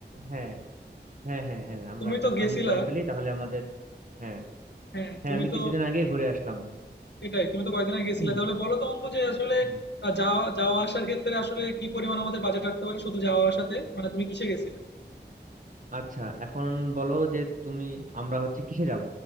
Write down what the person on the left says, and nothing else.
তুমি
তো
গেছিলা
হ্যাঁ
তুমি
তো
এটাই তুমি তো কয়েকদিন আগে গেছিলা
তাহলে বলো তো অন্তু যে আসলে
আহ, যাওয়া যাওয়া আসার ক্ষেত্রে আসলে কি পরিমাণ আমাদের বাজেট রাখতে পারি শুধু যাওয়া আসাতে মানে তুমি কিসে গেছিলা